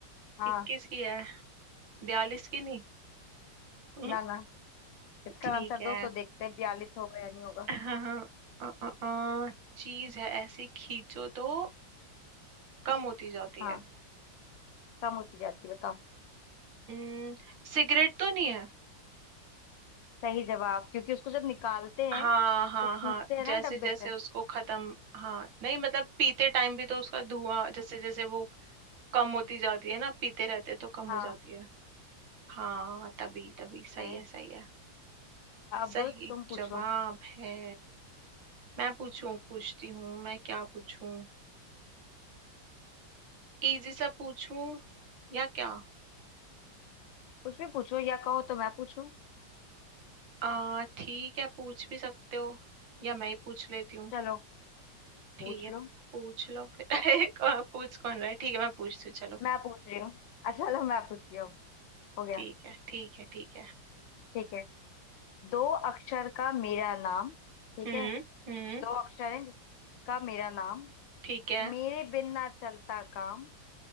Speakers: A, on the left; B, on the right.
A: हाँ
B: इक्कीस की है बयालीस की नहीं <laughs>
A: ना ना इसका
B: ठीक
A: आंसर
B: है
A: दो तो देखते हैं बयालीस होगा या नहीं होगा
B: हाँ, अ, अ, अ, चीज है ऐसी खींचो तो कम होती जाती
A: हाँ
B: है
A: कम होती जाती है, बताओ
B: हम्म, सिगरेट तो नहीं है
A: सही जवाब क्योंकि उसको जब निकालते हैं
B: हाँ हाँ
A: तो खींचते
B: हाँ
A: हैं
B: जैसे
A: ना डब्बे
B: जैसे
A: से
B: उसको खत्म हाँ नहीं मतलब पीते टाइम भी तो उसका धुआं जैसे जैसे वो कम होती जाती है ना पीते रहते तो कम
A: हाँ
B: हो जाती है हाँ तभी तभी सही
A: है
B: है सही है
A: अब
B: सही
A: तुम पूछो
B: जवाब है मैं पूछूं पूछती हूँ मैं क्या पूछूं इजी सा पूछूं या क्या
A: कुछ भी पूछो या कहो तो मैं पूछूं
B: आ ठीक है पूछ भी सकते हो या मैं ही पूछ लेती हूँ
A: चलो
B: ठीक
A: पूछ
B: है
A: लो
B: पूछ लो फिर <laughs> कौन- पूछ कौन रहा है ठीक है मैं पूछती हूँ चलो
A: मैं पूछ रही हूँ अच्छा चलो मैं पूछती हूँ हो गया
B: ठीक है ठीक है ठीक है
A: ठीक है दो अक्षर का मेरा नाम ठीक
B: हम्म
A: है
B: हम्म
A: दो अक्षर है जिसका मेरा नाम
B: ठीक है
A: मेरे बिन ना चलता काम